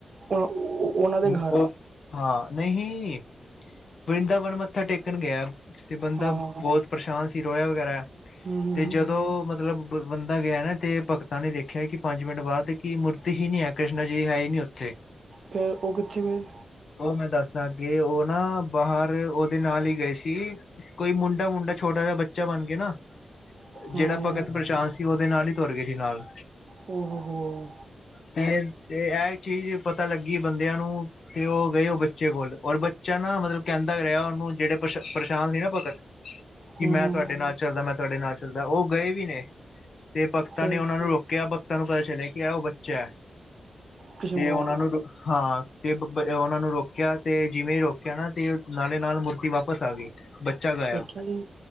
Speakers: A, on the right; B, on the left.
A: ਉਹਨਾਂ ਦੇ ਘਰ
B: ਉਹ ਹਾਂ ਨਹੀਂ ਵਰਿੰਦਾਵਨ ਮੱਥਾ ਟੇਕਣ ਗਿਆ ਤੇ ਬੰਦਾ
A: ਹਾਂ
B: ਬਹੁਤ
A: ਹਾਂ ਹਾਂ
B: ਪਰੇਸ਼ਾਨ ਸੀ ਰੋਇਆ ਵਗੈਰਾ
A: ਹੂੰ ਹੂੰ
B: ਤੇ ਜਦੋਂ ਮਤਲਬ ਬੰਦਾ ਗਿਆ ਨਾ ਤੇ ਭਗਤਾਂ ਨੇ ਦੇਖਿਆ। ਦੇਖਿਆ ਕਿ ਪੰਜ ਮਿੰਟ ਬਾਅਦ ਕਿ ਮੂਰਤੀ ਹੀ ਨੀ ਹੈ ਕ੍ਰਿਸ਼ਨਾ ਜੀ ਹੈ ਹੀ ਨੀ ਉੱਥੇ।
A: ਫਿਰ ਉਹ ਕਿੱਥੇ ਗਏ?
B: ਉਹ ਮੈਂ ਦੱਸਦਾ ਕਿ ਉਹ ਨਾ ਬਾਹਰ ਉਹਦੇ ਨਾਲ ਹੀ ਗਏ ਸੀ। ਕੋਈ ਮੁੰਡਾ ਮੁੰਡਾ ਛੋਟਾ ਜਿਹਾ ਬੱਚਾ ਬਣ ਗਿਆ ਨਾ
A: ਹੂੰ
B: ਜਿਹੜਾ
A: ਹੂੰ
B: ਭਗਤ ਪ੍ਰਸ਼ਾਂਤ ਸੀ ਉਹਦੇ ਨਾਲ ਹੀ ਤੁਰ ਗਏ ਸੀ ਨਾਲ
A: ਹਮ ਹਮ
B: ਤੇ ਤੇ ਇਹ ਚੀਜ਼ ਪਤਾ ਲੱਗੀ ਬੰਦਿਆਂ ਨੂੰ ਤੇ ਉਹ ਗਏ ਉਹ ਬੱਚੇ ਕੋਲ ਔਰ ਬੱਚਾ ਨਾ ਮਤਲਬ ਕਹਿੰਦਾ ਰਿਹਾ ਉਹਨੂੰ ਜਿਹੜੇ ਪਰੇਸ਼ਾਨ ਸੀ ਨਾ ਭਗਤ ਕਿ
A: ਹੂੰ
B: ਮੈਂ ਤੁਹਾਡੇ
A: ਹੂੰ
B: ਨਾਲ ਚੱਲਦਾ ਮੈਂ ਤੁਹਾਡੇ ਨਾਲ ਚੱਲਦਾ ਉਹ ਗਏ ਵੀ ਨੇ ਤੇ ਭਗ਼ਤਾਂ
A: ਫਿਰ
B: ਨੇ ਉਹਨਾਂ ਨੂੰ ਰੋਕ ਕਿਆ ਬਕਤਾਂ ਨੂੰ ਪਤਾ ਚੱਲਿਆ ਕਿ ਆ ਉਹ ਬੱਚਾ ਹੈ
A: ਕ੍ਰਿਸ਼ਨ
B: ਤੇ
A: ਭਗਵਾਨ
B: ਉਹਨਾਂ ਨੂੰ, ਹਾਂ ਤੇ ਉਹਨਾਂ ਨੂੰ ਰੋਕਿਆ ਤੇ ਜਿਵੇਂ ਰੋਕਿਆ ਨਾ ਤੇ ਨਾਲੇ ਨਾਲ ਮੂਰਤੀ ਵਾਪਸ ਆ ਗਈ ਬੱਚਾ ਗਾਇਆ
A: ਅੱਛਾ ਜੀ